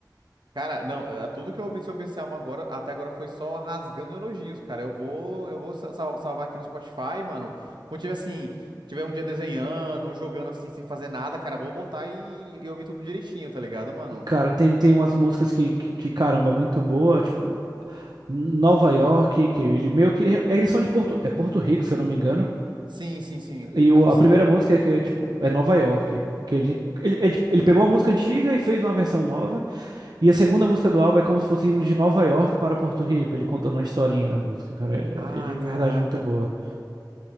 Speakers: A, on the right; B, on the right.
A: Cara, não, eh, tudo que eu ouvi sobre esse álbum agora, até agora foi só rasgando elogios, cara. Eu vou, eu vou sa- sal- salvar aqui no Spotify, mano. Quando tiver assim, tiver um dia desenhando ou jogando assim sem fazer nada, cara, vou botar e, e ouvir tudo direitinho, tá ligado, mano?
B: Cara, tem, tem umas músicas que, que, que, caramba, é muito boa, tipo Nova York, que ele meio que. é, Eles são de Porto, é Porto Rico, se eu não me engano.
A: Sim, sim, sim.
B: E o-
A: Acho
B: a
A: que sim.
B: primeira música é que é, tipo, é Nova York. Que ele, ele, é de- ele pegou uma música antiga e fez uma versão nova. E a segunda música do álbum é como se fosse indo de Nova York para Porto Rico. Ele contando uma historinha na música, cara. É,
A: Ah,
B: é de verdade
A: caraca.
B: muito boa.